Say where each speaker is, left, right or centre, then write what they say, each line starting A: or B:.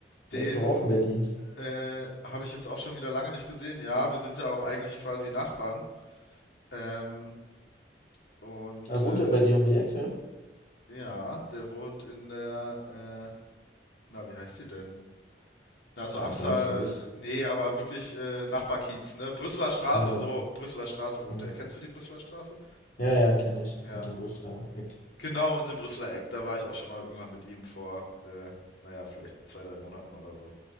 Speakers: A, on the left; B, on the left.
A: den
B: Der ist doch auch in Berlin.
A: äh, habe ich jetzt auch schon wieder lange nicht gesehen. Ja, wir sind ja auch eigentlich quasi Nachbarn. Ähm, Und
B: Ah,
A: äh,
B: wohnt er bei dir um die Ecke?
A: ja, der wohnt in der, äh, na, wie heißt sie denn? Na, so
B: Ja,
A: Amstel,
B: ist ja auch nicht so wichtig.
A: nee, aber wirklich äh, Nachbarkiez, ne? Brüsseler Straße,
B: Ja,
A: so, Brüsseler Straße wohnt
B: ja.
A: er. Kennst du die Brüsseler Straße?
B: Ja, ja, ja kenne ich.
A: Ja,
B: Mit dem Brüsseler Eck.
A: genau mit dem Brüsseler Eck. Da war ich auch schon mal irgendwann mit ihm vor, äh, naja, vielleicht zwei, drei Monaten oder so.